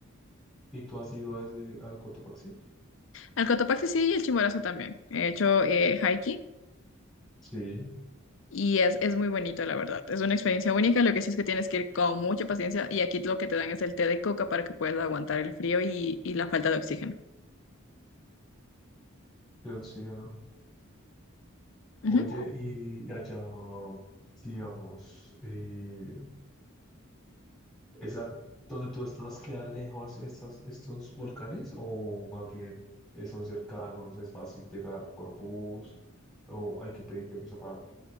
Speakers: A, in the centre; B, on the left.
A: ¿Y tú has ido a ese, al Cotopaxi?
B: Al Cotopaxi sí y el Chimborazo también. He hecho eh, hiking
A: Sí,
B: y es, es muy bonito, la verdad. Es una experiencia única. Lo que sí es que tienes que ir con mucha paciencia y aquí lo que te dan es el té de coca para que puedas aguantar el frío y, y la falta de oxígeno.
A: de oxígeno.
B: Ujú.
A: Oye, y, y allá, sí, digamos, eh, ¿Esa, donde tú estás, queda lejos estas, estos volcanes o más bien eh, son cercanos, es fácil llegar por bus o hay que pedir permiso para